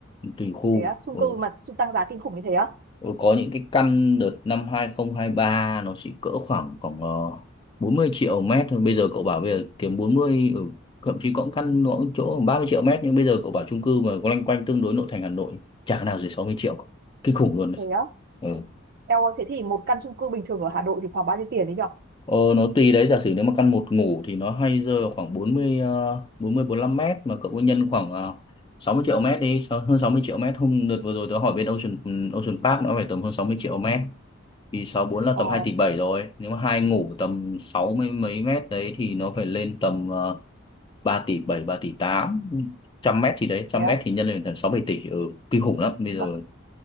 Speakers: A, on the left; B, on the right.
A: tùy khu
B: Thế á, chung
A: ừ.
B: cư mà chung tăng giá kinh khủng như thế á?
A: Ừ, có những cái căn đợt năm 2023 nó chỉ cỡ khoảng khoảng ờ, 40 triệu mét thôi. Bây giờ cậu bảo bây giờ kiếm 40 ừ, thậm chí có những căn nó cũng chỗ 30 triệu mét nhưng bây giờ cậu bảo chung cư mà có loanh quanh tương đối nội thành Hà Nội chả cái nào dưới 60 triệu. Kinh khủng luôn đấy.
B: Thế á.
A: Ừ.
B: Eo ơi, thế thì một căn chung cư bình thường ở Hà Nội thì khoảng bao nhiêu tiền đấy nhở?
A: Ờ, nó tùy đấy giả sử nếu mà căn một ngủ thì nó hay rơi vào khoảng bốn mươi ờ, 40 lăm mét mà cậu cứ nhân khoảng ờ, 60 triệu mét đi, sáu- hơn 60 triệu mét hôm đợt vừa rồi tớ hỏi bên Ocean ừ, Ocean Park nó phải tầm hơn 60 triệu mét thì sáu bốn là
B: Ờ.
A: tầm 2 tỷ 7 rồi nếu mà hai ngủ tầm 60 mấy mét đấy thì nó phải lên tầm uh, 3 tỷ bảy 3 tỷ tám trăm mét thì đấy trăm
B: thế á.
A: mét thì nhân lên tầm 6 7 tỷ ừ, kinh khủng lắm bây giờ
B: có,